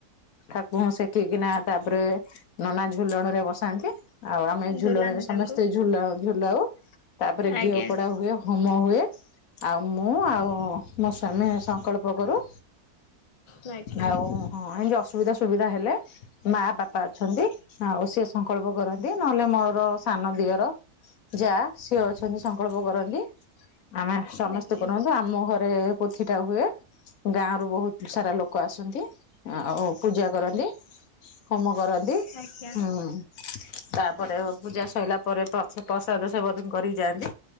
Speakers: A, on the left (about 65°); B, on the left (about 40°).
A: ଠାକୁରଙ୍କୁ ସେକିକିନା ତାପରେ ନନା ଝୁଲଣ ରେ ବସାନ୍ତି ଆଉ ଆମେ ଝୁଲଣରେ
B: ଝୁଲାନ୍ତି ତାଙ୍କୁ
A: ସମସ୍ତେ ଝୁଲ ଝୁଲାଉ। ତାପରେ
B: ଆଜ୍ଞା
A: ଘିଅ ପୋଡା ହୁଏ। ହୋମ ହୁଏ ଆଉ ମୁଁ ଆଉ ମୋ ସ୍ବାମୀ ସଂକଳ୍ପ କରୁ।
B: ଆଜ୍ଞା
A: ଆଉ ହଁ ଏମତି ଅସୁବିଧା ସୁବିଧା ହେଲେ ମା ବାପା ଅଛନ୍ତି ଆ ଆଉ ସିଏ ସଂକଳ୍ପ କରନ୍ତି ନହେଲେ ମୋର ସାନ ଦିଅର ଯା ସିଏ ଅଛନ୍ତି। ସଂକଳ୍ପ କରନ୍ତି ଆମେ ସମସ୍ତେ
B: ଆଜ୍ଞା
A: କରନ୍ତୁ ଆ ଆମ ଘରେ ପୋଥିଟା ହୁଏ ଗାଁ ରୁ ବହୁତ ସାରା ଲୋକ ଆସନ୍ତି। ଆଉ ପୂଜା କରନ୍ତି ହୋମ କରନ୍ତି
B: ଆଜ୍ଞା ଆଜ୍ଞା ଆଜ୍ଞା
A: ହୁଁ। ତାପରେ ପୂଜା ସଇଲା ପରେ ପ ସେ ପ୍ରସାଦ ସେ ବ କରିକି ଯାଆନ୍ତି